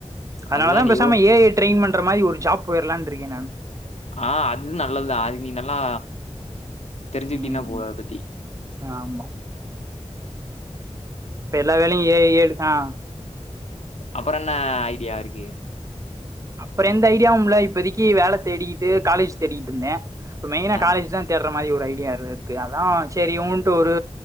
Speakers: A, on the right; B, on the left.
A: அதனால
B: அதுதான்
A: தான்
B: நீ
A: பேசாம
B: யோஸ்
A: ஏஐ ட்ரெய்ன் பண் ண்ற மாரி ஒரு ஜாப் போயர்லான்ட் இருக்கேன் நான்
B: ஆஹ் அது நல்லதுதான் அதுக் நீ நல்லா தெரிஞ்சுக்ட்டீனா
A: ம்
B: போது
A: ம்.
B: அத பத்தி
A: ஆமா ப்ப எல்லா வேலையு ஏஐயே ட் ஆஹ்
B: அப்பற ன்ன ஐடியா இருக்கு
A: அப்பற எந்த ஐடியாவும்ல்ல இப்பதக்கி வேல தேடிக்கிட்டு காலேஜ் தேடிகிட்டு ருந்தேன் ப்மெயினா
B: அ
A: காலேஜ் தான் தேட மாரி ஒரு ஐடியா இருக்கு அதான் செரி ஊண்ட ஒரு